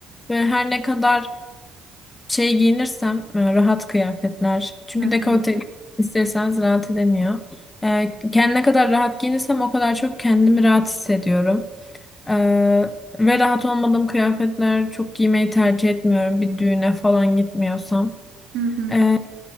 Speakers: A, on the left; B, on the right.
A: ve her ne kadar şey giyinirsem e, rahat kıyafetler. Çünkü
B: hı hı.
A: dekolte isterseniz rahat edemiyor. E, kend- ne kadar rahat giyinirsem o kadar çok kendimi rahat hissediyorum. E, ve rahat olmadığım kıyafetler çok giymeyi tercih etmiyorum bir düğüne falan gitmiyorsam.
B: Hı hı.
A: E,